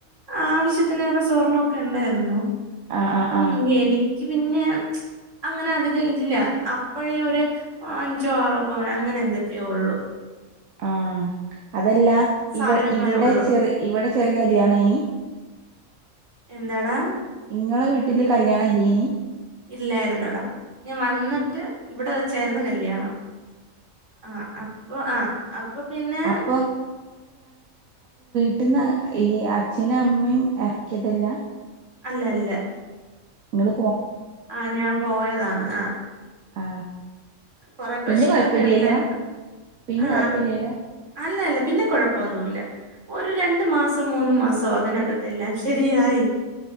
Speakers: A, on the right (about 60°); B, on the right (about 80°).
A: ആവശ്യത്തിന് ഏറെ സ്വർണമൊക്കെ ഉണ്ടായിരുന്നു
B: ആ
A: അപ്പം
B: ആ
A: എനിക്ക് പിന്നെ അങ്ങനെ അധികം ഇല്ല അപ്പഴേ ഒരു അഞ്ചോ ആറോ പവൻ അങ്ങനെ എന്തൊക്ക ഒക്കെ ഉള്ളൂ
B: ആ അതല്ല
A: സാധനങ്ങളേ
B: ഇവ ഇവിടെ
A: ഉള്ളു
B: ചെറു ഇവിടെ ചെറിയ കല്യാണ ആയിനി
A: എന്താടാ
B: നിങ്ങളെ വീട്ടില് കല്യാണം ഇല്ലേനി
A: ഇല്ലായിരുന്നടാ ഞാൻ വന്നിട്ട് ഇവിടെ വെച്ചായിരുന്നു കല്യാണം ആ അപ്പൊ ആ അപ്പൊ പിന്നെ
B: അപ്പൊ വീട്ടുന്ന് ഈ അച്ഛനും അമ്മയും ഇറക്കിയതല്ല
A: അല്ല അല്ല
B: നിങ്ങള്
A: ആ ഞാൻ പോയതാണ് ആ
B: ആ
A: കൊറെ പ്രശ്നമൊക്കെ
B: പിന്നെ കൊഴപ്പില്ലല്ലോ
A: ഉണ്ടായിരുന്നു
B: പിന്നെ
A: ആ
B: കൊഴപ്പില്ലല്ലോ
A: അല്ലല്ല പിന്നെ കുഴപ്പൊന്നുല്ല ഒരു രണ്ട് മാസോ മൂന്ന് മാസോ അതിനകത്ത് എല്ലാം ശരിയായി